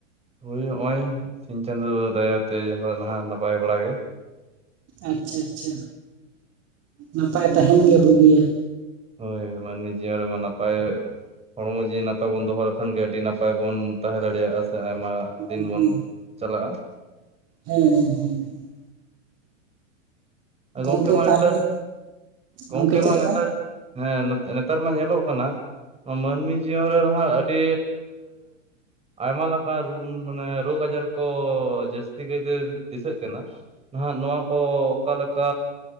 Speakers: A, on the right (about 15°); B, on the right (about 40°).
A: ᱦᱳᱭ ᱱᱚᱜᱼᱚᱭ ᱥᱤᱧ ᱪᱟᱸᱫᱚ ᱫᱟᱭᱟᱛᱮ ᱡᱟᱦᱟᱸ ᱱᱟᱦᱟᱜ ᱱᱟᱯᱟᱭ ᱵᱟᱲᱟᱜ ᱜᱮ᱾
B: ᱟᱪᱪᱷᱟ ᱟᱪᱪᱷᱟ ᱱᱟᱯᱟᱭ ᱛᱟᱦᱮᱱ ᱜᱮ ᱵᱩᱜᱤᱭᱟ᱾
A: ᱦᱳᱭ ᱢᱟᱱᱢᱤ ᱡᱤᱭᱚᱱ ᱨᱮᱢᱟ ᱱᱟᱯᱟᱭᱼᱼ ᱦᱚᱲᱢᱚ ᱡᱤᱣᱤ ᱱᱟᱯᱟᱭ ᱵᱚᱱ ᱫᱚᱦᱚ ᱞᱮᱠᱷᱟᱱ ᱜᱮ ᱟᱹᱰᱤ ᱱᱟᱯᱟᱭ ᱵᱚᱱ ᱛᱟᱦᱮᱸ ᱫᱟᱲᱮᱭᱟᱜᱼᱟ᱾ ᱥᱮ ᱟᱭᱢᱟ ᱫᱤᱱ
B: ᱦᱮᱸ
A: ᱵᱚᱱ ᱪᱟᱞᱟᱜᱼᱟ᱾
B: ᱦᱮᱸ ᱦᱮᱸ ᱦᱩᱸ᱾ ᱜᱚᱝᱠᱮ
A: ᱜᱚᱢᱠᱮ ᱢᱟ
B: ᱛᱟᱦᱚᱞᱮ
A: ᱱᱮᱛᱟᱨ ᱜᱚᱢᱠᱮ
B: ᱜᱚᱝᱠᱮ ᱪᱮᱫ
A: ᱢᱟ
B: ᱞᱮᱠᱟ?
A: ᱱᱮᱛᱟᱨᱼᱼ ᱦᱮᱸ ᱱᱮᱛᱟᱨ ᱢᱟ ᱧᱮᱞᱚᱜ ᱠᱟᱱᱟ, ᱱᱚᱣᱟ ᱢᱟᱹᱱᱢᱤ ᱡᱤᱭᱚᱱ ᱨᱮ ᱱᱟᱦᱟᱜ ᱟᱹᱰᱤ ᱟᱭᱢᱟ ᱞᱮᱠᱟᱱ ᱨᱩᱢ ᱢᱟᱱᱮᱼᱼ ᱨᱳᱜᱽ ᱟᱡᱟᱨ ᱠᱚ ᱡᱟᱹᱥᱛᱤ ᱠᱟᱭᱛᱮ ᱫᱤᱥᱟᱹᱜ ᱠᱟᱱᱟ ᱱᱟᱦᱟᱜ ᱱᱚᱣᱟ ᱠᱚ᱾ ᱚᱠᱟᱞᱮᱠᱟ